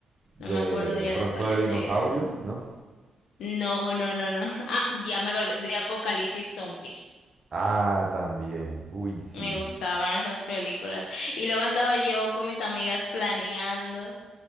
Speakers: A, on the right; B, on the left.
A: De
B: No me acuerdo ya
A: pronto
B: de cuáles
A: de dinosaurios,
B: eran.
A: ¿no?
B: No, no, no, no. <laughs> Ah, ya me acordé, de Apocalipsis Zombies.
A: Ah, también. Uy, sí.
B: Me gustaban esas películas. Y luego andaba yo con mis amigas planeando